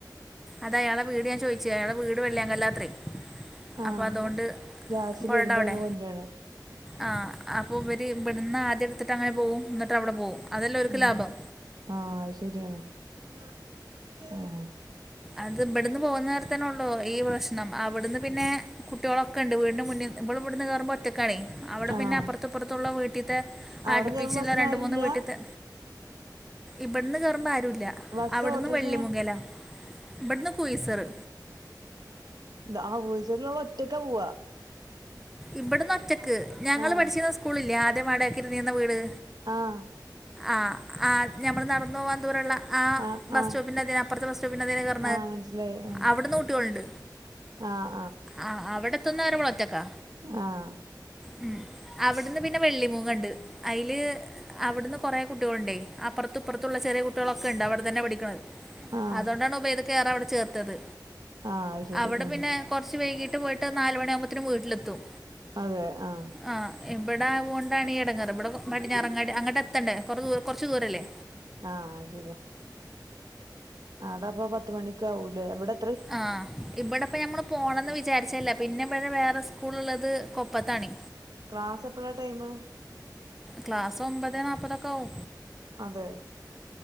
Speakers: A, in the centre; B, on the right.
A: അത് അയാളെ വീട് ഞാ ചോയ്ച്ച് അയാളെ വീട് വെള്ളിയാകല്ലാത്രേ?
B: ആഹ്
A: അപ്പ അതോണ്ട്
B: ലാസ്റ്റില്
A: പുഴെടവ്ടെ
B: വരുമ്പോ അയിനെ കൊണ്ടരാണ്
A: ആഹ് അപ്പൊവെര്‌ ഇബട്ന്നാദ്യയ്ട്ത്തിട്ട് അങ്ങനെ പോവും എന്നിട്ടവ്ടെ പോവും അതല്ലോര്ക്ക്
B: ഉം
A: ലാഭം
B: ആഹ് അഹ്ശെരിയാണ് ഉം
A: അത് ഇബട്ന്ന് പോകുന്ന നേര്ത്തെന്നൊള്ളു ഈ പ്രശ്നം അവിടുന്ന് പിന്നെ കുട്ട്യാളൊക്കെണ്ട് വീടിന്റെ മുൻന്ന് ഇവള്ബട്ന്ന് കേറുമ്പൊറ്റക്കാണേ അവിടെ പിന്നെ
B: ആഹ്
A: അപ്പർത്തുപ്പർത്തുള്ള വീട്ടീത്തെ
B: അവിടെ
A: അടുപ്പിച്ചിള്ളെ
B: കേറുമ്പോ ബസ്സില്
A: രണ്ട്
B: ആരുല്ല
A: മൂന്ന് വീട്ടിത്തെ ഇബട്ന്ന് കേറുമ്പാരുല്ല
B: ബസ്സോ
A: അവ്ട്ന്ന്
B: ഓട്ടോറിക്ഷേ
A: വെള്ളിമൂങ്ങല ഇബട്ന്ന് കുയിസറ്
B: ന്താ ആഹാ കുയിസർലോളൊറ്റക്കാ പോവാ?
A: ഇബട്ന്നൊറ്റ ക്ക് ഞങ്ങള്
B: ആഹ്
A: പഠിച്ചീന്നെ സ്കൂളില്ലേ? ആദ്യം വാടകക്കിരുന്നീന്ന വീട്?
B: ആഹ്
A: ആഹ് ആഹ് ഞമ്മള് നടന്നോവാൻ ദൂരെള്ള ആ
B: ആഹ്
A: ബസ്
B: ആഹ്
A: സ്റ്റോപ്പിന്റെ അപ്പറത്തെ ബസ് സ്റ്റോപ്പിന്റെ <unintelligible> ഹ്
B: ആഹ് മനസ്സിലായി ഉം
A: അവ്ട്ന്ന് കുട്ട്യാളുണ്ട്.
B: ആഹ്
A: ആഹ് അവിടെത്ത്ന്ന് വരെവളൊറ്റക്കാ
B: ആഹ് ആഹ്
A: ഉം അവിടുന്ന് പിന്നെ വെള്ളിമൂങ്ങണ്ട് അയില് അവ്ടുന്ന് കൊറേ കുട്ട്യോളുണ്ടേ അപ്പർത്തുപ്പർത്തുള്ള ചെറിയകുട്ടിയളൊക്കെണ്ട് അവിടെ തന്നെ പഠിക്ക്ണത്
B: ആഹ്
A: അതോണ്ടാണ് ഉബൈ ദിക്കക്കവ്ടെ ചേർത്തത്
B: ആഹ് അത് ശരി
A: അവിടെ
B: ഉം
A: പിന്നെ കൊറച്ച് വൈകീട്ട് പോയിട്ട് നാല് മണിയാകുമ്പോത്തിന് വീട്ട്ലെത്തും
B: അതെ ആഹ്
A: ആഹ് ഇബടെ ആവുണ്ടാണീയെടങ്ങാറ് ഇബടെ പടിഞാറങ്ങാണ്ടി അങ്ങട്ടെത്തെണ്ടേ കൊറേ ദൂര കൊറച്ച് ദൂരല്ലേ?
B: ആഹ് അത്ശെരിയാ ആടാപ്പം പത്ത്മണിക്കാവൂലേ ഇവടെ
A: ആഹ് ഇബടെപ്പം ഞമ്മള് പോണംന്ന് വിചാരിച്ചെല്ല പിന്നെവെടെ വേറെ സ്കൂള് ള്ളത് കൊപ്പത്താണേ
B: ക്ലാസെപ്പഴാ ടൈമ്?
A: ക്ലാസ് ഒമ്പതേ നാപ്പതൊക്കാവും
B: അതെ?